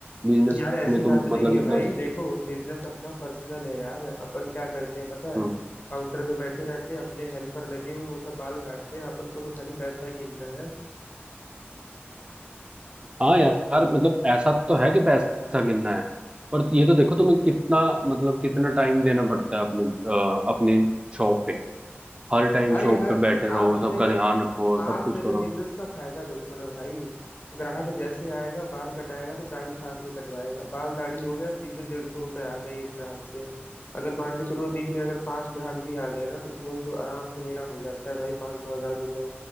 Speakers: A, on the right; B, on the left.
A: बिजनेस
B: यार ऐसी
A: में तुम
B: बात नहीं
A: मतलब
B: है
A: इतना
B: भाई देखो बिजनेस अपना पर्सनल है यार अपन क्या करते हैं पता है
A: हम्म
B: काउंटर पे बैठे रहते हैं अपने हेल्पर लगे हुए वो सब बाल काटते हैं अपन को तो खाली पैसा गिनना है
A: हाँ यार मतलब ऐसा तो है कि पैसा गिनना है पर ये तो देखो तुम्हें कितना मतलब कितना टाइम देना पड़ता है अपने अ, अपनी शॉप पे हर टाइम
B: अरे
A: शॉप
B: यार
A: पे बैठे रहो
B: आप
A: सबका
B: मेरे
A: ध्यान रखो
B: आप
A: सब कुछ
B: मेरे
A: करो
B: बिजनेस का फायदा देखो ना भाई ग्राहक जैसे आएगा बाल कटाएगा तो दाढ़ी साथ में कटवाएगा बाल दाढ़ी हो गया सीधे डेढ़ सौ रुपए आ गए एक ग्राहक से अगर मान के चलो दिन में अगर पांच ग्राहक भी आ गए ना तो समझ लो आराम से मेरा हो जाता है भाई पाँच सौ हजार रुपए